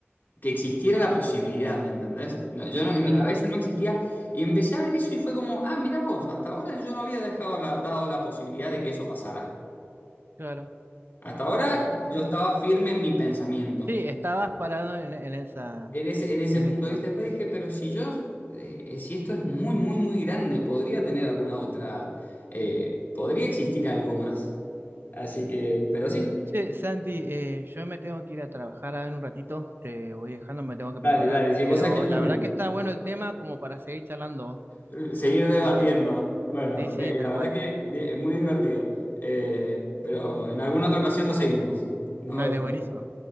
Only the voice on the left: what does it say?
que existiera la posibilidad, ¿me entendés? No, yo no- en
mi cabeza no existía y empecé a ver eso y fue como, ah, mira vos, hasta ahora yo no había dejado la- dado la posibilidad de que eso pasara.
Hasta ahora
yo estaba firme en mi pensamiento,
en ese, en ese
punto
de vista. Después dije, pero si yo, eh, si esto es muy, muy, muy grande, podría tener alguna otra, eh, podría existir algo más. Así que, pero sí,
dale,
dale, sí, vos
sabés que yo
también.
Eh, Seguir
debatiendo.
Bueno,
eh,
la verdad
que di- es muy divertido. Eh, pero en alguna otra ocasión lo seguimos. Nos
vemos.